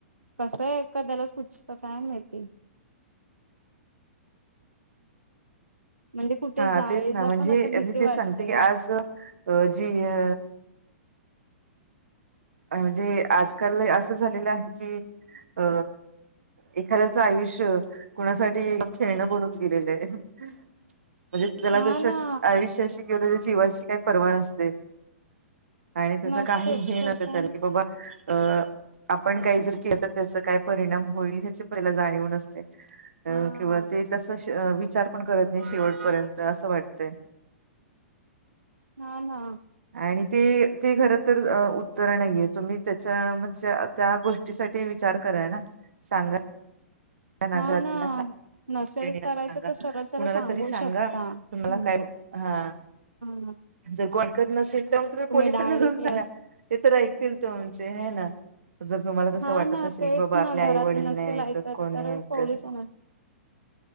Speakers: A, on the right (about 85°); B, on the right (about 65°).
A: कसं हे एखाद्याला सुचत काय माहिती. म्हणजे कुठे
B: हा
A: जायला
B: तेच ना म्हणजे
A: पण आता भीती
B: मी
A: वाटते.
B: तेच सांगते की आज जी अ म्हणजे आजकाल असं झालेलं आहे की अ एखाद्याचं आयुष्य कुणासाठी पाक खेळणं बनून गेलेलं आहे. म्हणजे त्याला
A: हा
B: त्याच्या
A: ना
B: आयुष्याशी किंवा त्याच्या जीवाची काही परवा नसते आणि त्याच
A: नसतेच
B: काही हेे
A: तर
B: नसतय
A: काय
B: त्याला की बाबा अ आपण काही जर केलं तर त्याच काय परिणाम होईल ह्याची पहिला जाणीव नसते. अ
A: हा
B: किंवा ते तस विचार पण करत नाही शेवटपर्यंत असं वाटतंय
A: ह ना.
B: आणि ते ते खर तर उत्तर नाहीये तुम्ही त्याच्या म्हणजे त्या गोष्टीसाठी विचार करा ना सांगा. ै्रणी
A: हा ना नसेल
B: सांगा
A: करायचं तर सरळ सरळ
B: कुणाला
A: सांगू
B: तरी सांगा
A: शकता हम्म
B: तुम्हाला काय हा
A: हा
B: जर को ऐकत नसेल तर मग तुम्ही पोलिसांना
A: डायरेक्टली
B: जाऊन सांगा
A: अस
B: ते तर ऐकतील तोमचे हे ना. जर तुम्हाला तसं
A: हा
B: वाटत
A: ना
B: असल
A: तेच
B: की बाबा
A: ना
B: आपल्या
A: घरातले
B: आई वडील
A: नसतील
B: नाही ऐकत कोण
A: तर
B: नाही ऐकत
A: पोलिसांना